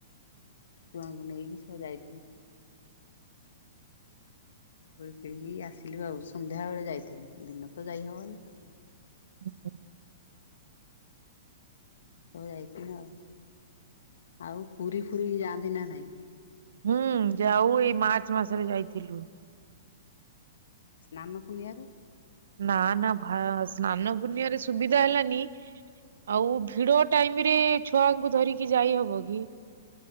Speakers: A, on the left; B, on the right.
A: ଛୁଆଙ୍କୁ ନେଇକି ସବୁ ଯାଇଥିଲି। ଖେଳି ଖେଳିି କି ଆସିଲି ଆଉ ସନ୍ଧ୍ୟା ବେଳେ ଯାଇଥିନି ଦିନ ତ ଯାଇହବନି।
B: ହୁଁ
A: ହୁଁ ସବୁ ଯାଇଥିଲ ଆଉ ଆଉ ପୁରୀ ଫୁରୀ ଯାଆନ୍ତି ନା ନାଇଁ?
B: ହୁଁ ଯାଉ ଏଇ ମାର୍ଚ୍ଚ ମାସରେ ଯାଇଥିଲୁ।
A: ସ୍ନାନ ପୁନିଆ ରେ?
B: ନା ନା ସ୍ନାନ ପୁନିଆରେ ସୁବିଧା ହେଲାନି। ଆଉ ଭିଡ ଟାଇମରେ ଛୁଆଙ୍କୁ ଧରିକି ଯାଇ ହବ କି?